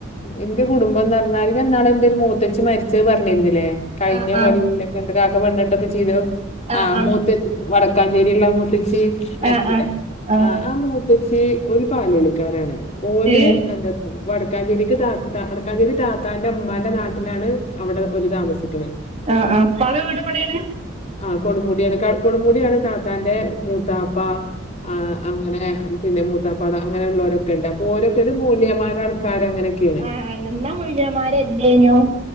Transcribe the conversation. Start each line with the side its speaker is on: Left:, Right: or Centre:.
Left: എന്റെ കുടുംബം എന്ന് പറഞ്ഞാല് ഞാൻ ഇന്നാള് എന്റെയൊരു മൂത്തേച്ചി മരിച്ചത് പറഞ്ഞിരുന്നില്ലേ. കഴിഞ്ഞ
Right: ആ ആ
Left: കൊല്ലം ഇന്റെ കാക്ക പെണ്ണ് കെട്ടുക ഒക്കെ ചെയ്തു
Right: ആ ആ
Left: ആഹ് മുത്തേ വടക്കാഞ്ചേരിയിലുള്ള മൂത്തച്ചി മരിച്ചില്ലേ
Right: ആ ആ ആ
Left: ആഹ് ആഹ് മൂ ത്തച്ചി ഓല് പാലോളിക്കാരാണ് ഓല്
Right: ഏ
Left: എന്താന്ന്. വടക്കാഞ്ചേരിക്ക് ത താ വടക്കാഞ്ചേരി താത്താന്റെ ഇമ്മാന്റെ നാട്ടിലാണ്, അവിടെ ഓര് താമസിക്കേണ്.
Right: ആഹ് ആഹ് ഉപ്പാടെ വീട് തന്നെ.
Left: ആഹ് കൊടുമുടിയാണ് ക്കെ കൊടുമുടിയാണ് താത്താന്റെ മൂത്താ ഇപ്പ ആഹ് അങ്ങനെ പിന്നെ മൂത്താപ്പാെടെ അങ്ങനെ ഉള്ളേര്. ണ്ട് അപ്പൊ ഓരെതര് മോല്യമാരെ ആൾക്കാരർ അങ്ങനൊക്കെയാണ്.
Right: ആ യിന്നല്ലമൊയ്ല്യാൻ മാരെലീനും.